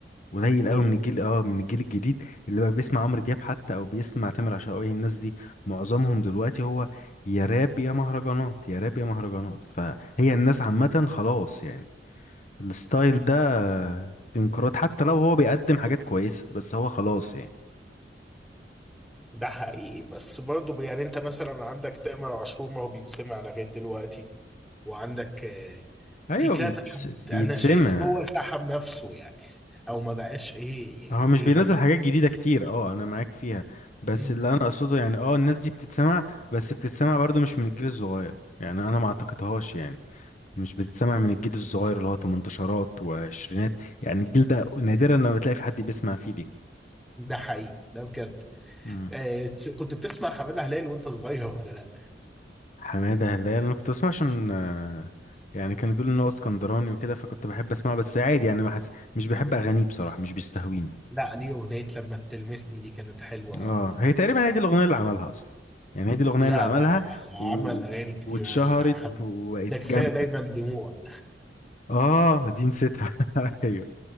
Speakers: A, on the left; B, in the centre.
A: قليل
B: كله
A: قوي من الجيل اه من الجيل الجديد اللي بقى بيسمع عمرو دياب حتى او بيسمع تامر عاشور الناس دي معظمهم دلوقتي هو يا راب يا مهرجانات يا راب يا مهرجانات فهي الناس عامة خلاص يعني الستايل ده في انقراض حتى لو هو بيقدم حاجات كويسة بس هو خلاص يعني
B: ده حقيقي بس برضه يعني انت مثلا عندك تامر عاشور ما هو بيتسمع لغاية دلوقتي وعندك
A: ايوه
B: في كذا
A: بيتس...
B: حد
A: بيتسمع
B: انا شايف هو سحب نفسه يعني او ما بقاش ايه
A: هو مش بينزل
B: يغني
A: حاجات جديدة كتير اه انا معاك فيها بس
B: مم.
A: اللي انا اقصده يعني اه الناس دي بتتسمع بس بتتسمع برضو مش من الجيل الصغير يعني انا ما اعتقدهاش يعني مش بتتسمع من الجيل الصغير اللي هو تمنتاشرات وعشرينات يعني الجيل ده نادرا لما بتلاقي في حد بيسمع فيه ليه
B: ده حقيقي ده بجد
A: مم.
B: آه كنت بتسمع حماده هلال وانت صغير ولا لا
A: حمادة هلال انا كنت بسمع عشان آه، يعني كانوا بيقولوا ان هو اسكندراني وكده فكنت بحب اسمعه بس عادي يعني ما حس... مش بحب اغانيه بصراحة مش بيستهويني
B: لا ليه اغنيه لما بتلمسني دي كانت حلوه
A: اه
B: قوي
A: هي تقريبا هي دي الاغنية اللي عملها اصلا يعني هي دي الاغنية
B: لا
A: اللي عملها
B: لا لا لا عمل
A: و...
B: اغاني كتير
A: واتشهرت
B: قوي لا حم...
A: وبقت
B: ده كفايه
A: جامدة
B: دايما دموع
A: اه دي نسيتها <laughs> ايوه